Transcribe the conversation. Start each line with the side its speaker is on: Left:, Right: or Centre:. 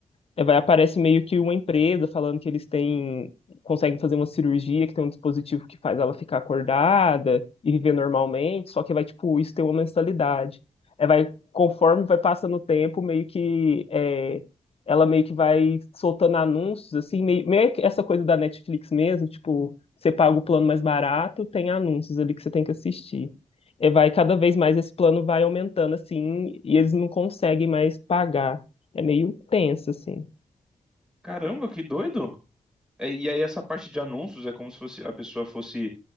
Left: É, Vai, aparece meio que uma empresa falando que eles têm, conseguem fazer uma cirurgia, que tem um dispositivo que faz ela ficar acordada e viver normalmente, só que vai, tipo, isso tem uma mensalidade. É, vai, conforme vai passando o tempo, meio que é, ela meio que vai soltando anúncios, assim, meio, meio que essa coisa da Netflix mesmo, tipo, você paga o plano mais barato, tem anúncios ali que você tem que assistir. É, vai, cada vez mais esse plano vai aumentando, assim, e eles não conseguem mais pagar. É meio tenso, assim.
Centre: Caramba, que doido! É, E aí essa parte de anúncios é como se fosse a pessoa fosse,